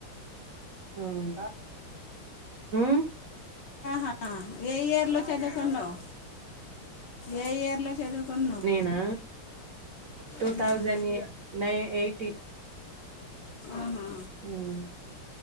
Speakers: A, on the right; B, on the left.
A: హ్మ్ మ్మ్
B: అహ ఏ ఇయర్ లో చదువుకున్నవ్ ఏ ఇయర్ లో చదువుకున్నావు
A: నేనా two
B: um,
A: thousand nine eighteen
B: ఆహా
A: హ్మ్